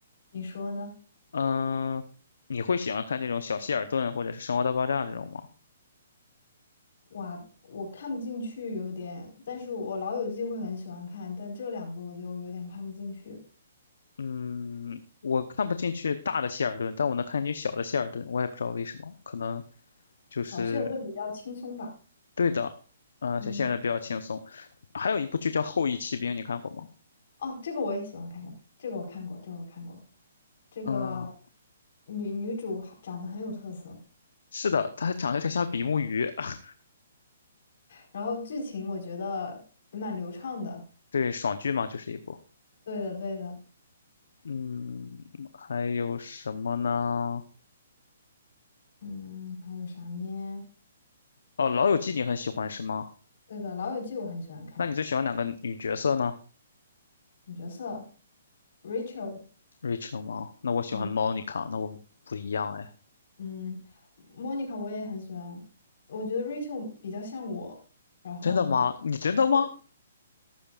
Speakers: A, on the left; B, on the left.
A: 你说呢？
B: 嗯，你会喜欢看这种小希尔顿或者是《生活大爆炸》这种吗？
A: 哇，我看不进去有点，但是我《老友记》会很喜欢看，但这两个我就有点看不进去。
B: 嗯，我看不进去大的希尔顿，但我能看进去小的希尔顿，我也不知道为什么，可能就是
A: 小谢儿更比较轻松吧。
B: 对的。嗯，
A: 嗯。
B: 小希尔顿比较轻松。还有一部剧叫《后翼骑兵》，你看过吗？
A: 哦，这个我也喜欢看的，这个我看过，这个我看过。这个
B: 嗯，
A: 女女主还长得很有特色，
B: 是的，它长得有点像比目鱼。<laughs>
A: 然后剧情我觉得也蛮流畅的。
B: 对，爽剧嘛，就是一部。
A: 对的，对的，
B: 嗯，还有什么呢？
A: 嗯，还有啥呢？
B: 哦，《老友记》你很喜欢是吗？
A: 对的，《老友记》我很喜欢看，
B: 那你最喜欢哪个女角色呢？
A: 女角色 Rachel，
B: Rachel 吗？那我喜欢
A: 嗯
B: Monica，那我们不一样哎。
A: 嗯，Monica 我也很喜欢，我觉得 Rachel 比较像我，然后
B: 真的吗？你真的吗？
A: 我